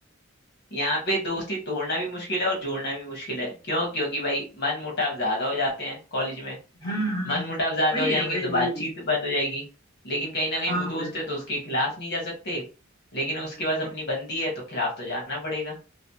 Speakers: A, on the left (about 55°); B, on the left (about 25°).
A: यहाँ पे दोस्ती तोड़ना भी मुश्किल है और जोड़ना भी मुश्किल है क्यों क्योंकि भाई मन मुटाव ज्यादा हो जाते हैं कॉलेज में
B: हम्म हम्म,
A: मन
B: हम्म,
A: मुटाव ज्यादा
B: वही
A: हो जाएंगे
B: है भाई
A: तो
B: वही
A: बातचीत
B: है
A: बंद हो जाएगी लेकिन कहीं ना कहीं
B: हाँ
A: वो दोस्त
B: भाई वही
A: है तो उसके खिलाफ नहीं जा सकते लेकिन उसके
B: बिल्कुल
A: पास अपनी बंदी है तो खिलाफ तो जाना पड़ेगा